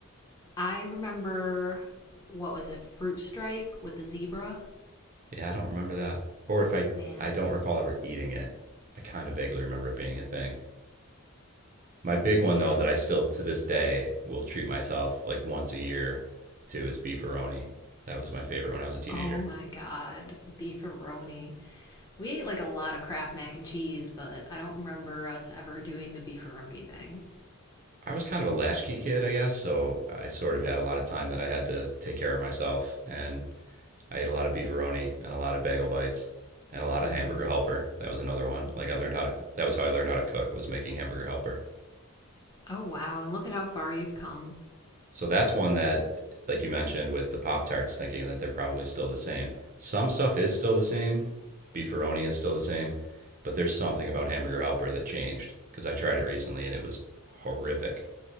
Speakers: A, on the left; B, on the right.
A: I remember what was it? Fruit stripe with the zebra.
B: Yeah, I don't remember that. Or if I
A: Man,
B: I don't recall ever eating it. I kind of vaguely remember it being a thing. My big one
A: yeah.
B: though that I still to this day will treat myself like once a year to is beefaroni. That was my favorite when I was a teenager.
A: Oh my god, beefaroni. We ate like a lot of Kraft mac and cheese, but I don't remember us ever doing the beefaroni thing.
B: I was kind of a latchkey kid, I guess, so I sort of had a lot of time that I had to take care of myself and I ate a lot of beefaroni and a lot of bagel bites and a lot of
A: Mm,
B: hamburger helper. That was another one.
A: mm.
B: Like I learned how to that was how I learned how to cook was making hamburger helper.
A: Oh wow, and look at how far you've come.
B: So that's one that, like you mentioned, with the Pop Tarts, thinking that they're probably still the same. Some stuff is still the same. Beefaroni is still the same, but there's something about Hamburger Helper that changed because I tried it recently and it was horrific.